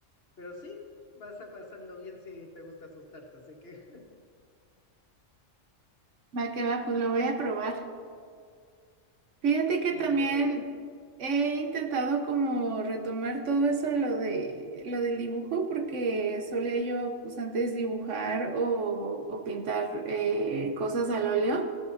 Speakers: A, on the left; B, on the right.
A: pero sí, vas a pasarlo bien si te gusta asustarte, así que <laughs>
B: Va que va, pues lo voy a probar. Fíjate que
A: sí,
B: también
A: yo creo
B: he intentado como retomar todo eso, lo de, lo del dibujo, porque solía yo pues antes dibujar o, o pintar eh, cosas al óleo.